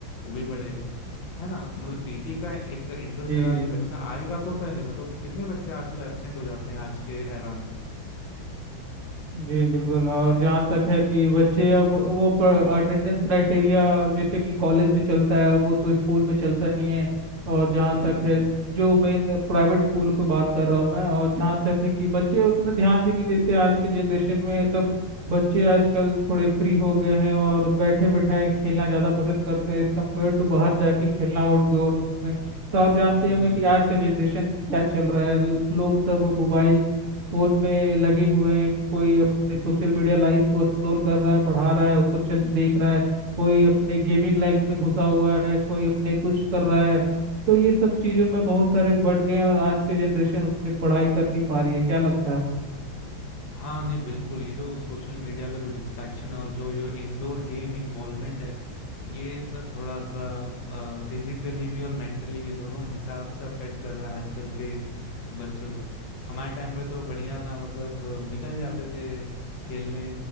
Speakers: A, on the left (about 70°); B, on the right (about 45°).
A: वो भी बढ़ेगा है ना मतलब पीटी का एक इंटरेस्ट
B: जी
A: दिला
B: जी
A: के बच्चा आएगा तो पहले ना तो कितने बच्चे आजकल एब्सेंट हो जाते हैं आज के एरा में
B: जी बिल्कुल और जहाँ तक है कि बच्चे अब वो अटेंडेंस क्राइटेरिया जैसे कि कॉलेज में चलता है वो तो स्कूल में चलता नहीं है और जहाँ
A: हम्म
B: तक है जो मेन प्राइवेट स्कूल को बात कर रहा हूँ मैं और जहाँ तक है कि बच्चे उतना ध्यान भी नहीं देते आज के जनरेशन में सब बच्चे आजकल थोड़े फ्री हो गए हैं और बैठे बैठाए खेलना ज़्यादा पसंद करते हैं एज कम्पेयर टू बाहर जाके खेलना आउटडोर में तो आप जानते
A: हम्म
B: ही होंगे कि आज का जनरेशन क्या चल रहा है लोग सब मोबाइल फोन में लगे हुए हैं कोई अपने सोशल मीडिया लाइफ को एक्सप्लोर कर रहा है बढ़ा रहा है उसको चल देख रहा है कोई अपने गेमिंग लाइफ में घुसा हुआ है कोई अपने कुछ कर रहा है तो ये सब चीज़ों में बहुत सारे बढ़ गए हैं और आज की जनरेशन उतनी पढ़ाई कर नहीं पा रही है क्या लगता है आपको
A: हाँ नहीं बिल्कुल ये जो सोशल मीडिया का जो डिस्ट्रैक्शन है और जो ये इंडोर गेम इन्वॉल्वमेंट है ये सब थोड़ा सा फिजिकली भी और मेंटली भी दोनों हिसाब से अफेक्ट कर रहा है आजकल के बच्चों को हमारे टाइम में तो बढ़िया था मतलब अ, निकल जाते थे खेलने